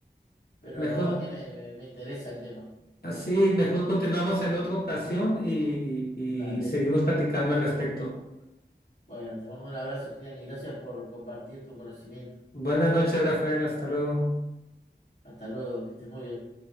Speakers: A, on the left; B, on the left.
A: Pero
B: mejor,
A: la verdad que me, me interesa el tema.
B: así, mejor continuamos en otra ocasión y, y
A: Dale.
B: y seguimos platicando al respecto.
A: Bueno, te mando un abrazo, Gilian, y gracias por compartir tu conocimiento.
B: Buenas noches, Rafael. Hasta luego.
A: Hasta luego, que estés muy bien.